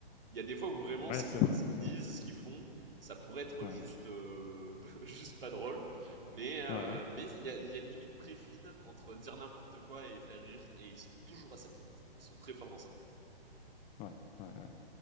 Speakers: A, on the right (about 65°); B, on the left (about 20°).
A: Il y a des fois où vraiment
B: Ouais,
A: ce
B: c'est
A: qu'ils,
B: vrai,
A: ce qu'ils
B: c'est
A: disent,
B: vrai.
A: ce qu'ils font, ça pourrait être
B: Ouais.
A: juste, euh, <laughs> juste pas drôle. Mais, euh,
B: Ouais,
A: mais il y a, il y a une limite très fine entre dire n'importe quoi et faire rire. Et ils sont toujours à cette limite. Ils sont très forts dans ça.
B: ouais, ouais, ouais.